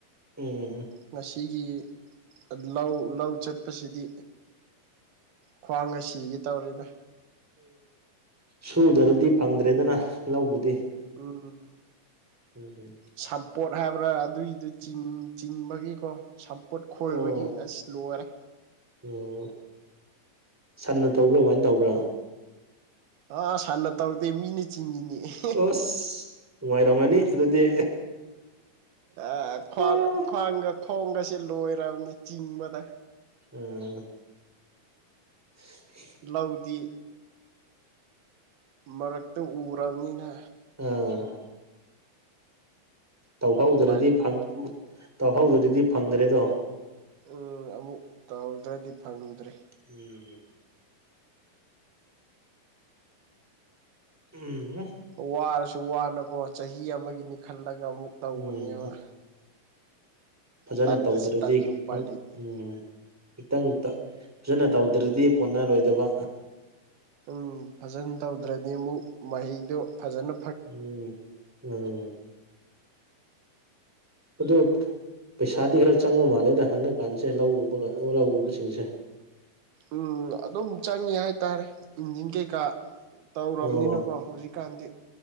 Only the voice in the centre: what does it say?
ꯎꯝ
ꯁꯨꯗ꯭ꯔꯒꯗꯤ ꯐꯪꯗ꯭ꯔꯦꯗꯅ ꯂꯧꯕꯨꯗꯤ
ꯎꯝ ꯎꯝ
ꯑꯣ
ꯎꯝ ꯁꯟꯅ ꯇꯧꯕ꯭ꯔꯥ ꯏꯔꯣꯏꯅ ꯇꯧꯕ꯭ꯔꯥ
ꯑꯣꯁ ꯅꯨꯡꯉꯥꯏꯔꯝꯒꯅꯤ ꯑꯗꯨꯗꯤ
ꯑꯥ
ꯎꯝ <unintelligible>
ꯑꯣ ꯇꯧꯍꯧꯗ꯭ꯔꯗꯤ
ꯐꯪ ꯇꯧꯍꯧꯗ꯭ꯔꯗꯤ ꯐꯪꯗ꯭ꯔꯦꯗꯣ
ꯎꯝ ꯎꯝ ꯍꯝ
ꯎꯝ ꯐꯥꯖꯅ
ꯇꯧꯗ꯭ꯔꯗꯤ
ꯈꯤꯇꯪ
ꯎꯝ ꯈꯤꯇꯪ ꯇ ꯐꯥꯖꯅ ꯇꯧꯗ꯭ꯔꯗꯤ ꯀꯣꯟꯅꯔꯣꯏꯗꯕ
ꯎꯝ ꯎꯝ ꯑꯗꯨ ꯄꯩꯁꯥꯗꯤ ꯈꯔ ꯆꯪꯕ ꯃꯥꯜꯂꯦꯗ ꯍꯟꯗꯛ ꯀꯥꯟꯖꯦ ꯂꯧ ꯎꯕ ꯂꯧ ꯎꯕꯁꯤꯡꯁꯦ
ꯑꯣ